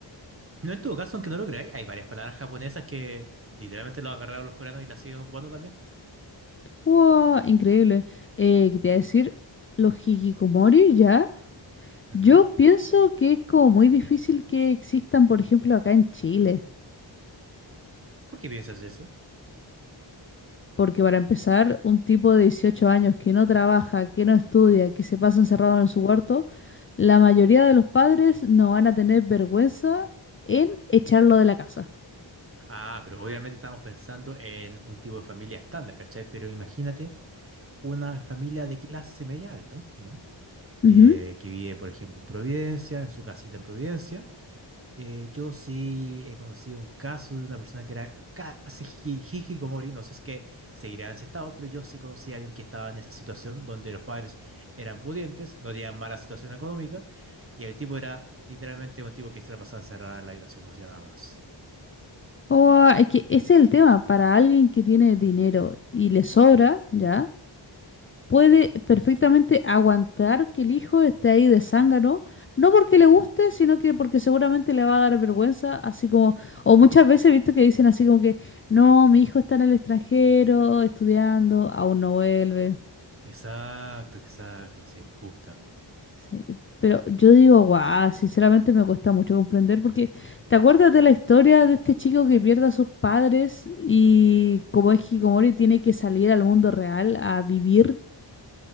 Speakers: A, on the right; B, on the left.
A: No en todo caso, aunque no lo creáis, hay varias palabras japonesas que literalmente lo agarraron los coreanos y las siguen ocupando también.
B: Wow, increíble. Eh, ¿qué te iba a decir? Los hikikomori ya.
A: Ujú.
B: Yo pienso que es como muy difícil que existan, por ejemplo, acá en Chile,
A: ¿Por qué piensas eso?
B: porque para empezar, un tipo de 18 años que no trabaja, que no estudia, que se pasa encerrado en su cuarto, la mayoría de los padres no van a tener vergüenza en echarlo de la casa.
A: Ah, pero obviamente estamos pensando en un tipo de familia estándar, ¿cachai? Pero imagínate una familia de clase media alta, ¿ya?
B: Ujú.
A: Eh, que vive, por ejemplo, en Providencia, en su casita en Providencia. Eh, yo sí he conocido un caso de una persona que era casi hi- hikikomori, no sé si es que seguirá en ese estado, pero yo sí conocí a alguien que estaba en esa situación donde los padres eran pudientes, no tenían mala situación económica, y el tipo era literalmente un tipo que se la pasaba encerrada en la habitación, no hacía nada más.
B: O ah, es que ese es el tema, para alguien que tiene dinero y le sobra, ¿ya? puede perfectamente aguantar que el hijo esté ahí de zángano, no porque le guste, sino que porque seguramente le va a dar vergüenza, así como, o muchas veces he visto que dicen así como que, no, mi hijo está en el extranjero estudiando, aún no vuelve.
A: Exacto, exacto, sí, justamente.
B: Sí, Pero yo digo, guau, sinceramente me cuesta mucho comprender porque ¿te acuerdas de la historia de este chico que pierde a sus padres y como es Hikomori tiene que salir al mundo real a vivir?